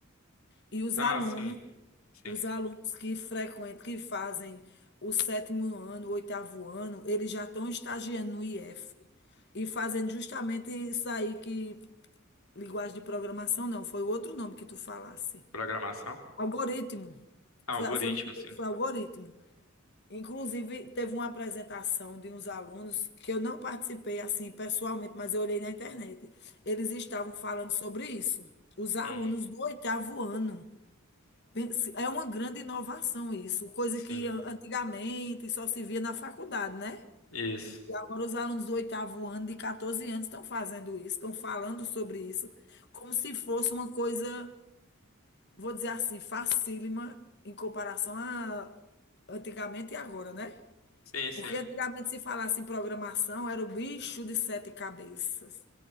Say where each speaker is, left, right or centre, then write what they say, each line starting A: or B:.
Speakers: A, on the left; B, on the left.
A: e os
B: Ah,
A: alunos,
B: sim, sim.
A: os alunos que frequentam, que fazem o sétimo ano, o oitavo ano, eles já estão estagiando no IF e fazendo justamente isso aí que. Linguagem de programação, não, foi outro nome que tu falasse.
B: Programação?
A: Algoritmo.
B: Ah,
A: Foi,
B: algoritmo,
A: se eu não me engano,
B: sim.
A: foi algoritmo. Inclusive, teve uma apresentação de uns alunos que eu não participei assim pessoalmente, mas eu olhei na internet. Eles estavam falando sobre isso. Os alunos
B: Uhum,
A: do oitavo ano. Pense- É uma grande inovação isso, coisa
B: sim.
A: que an- antigamente só se via na faculdade, né?
B: Isso.
A: E agora os alunos do oitavo ano, de 14 anos, estão fazendo isso, estão falando sobre isso, como se fosse uma coisa, vou dizer assim, facílima em comparação a antigamente e agora, né?
B: Sim, sim,
A: Porque antigamente se falasse em programação, era o bicho de sete cabeças.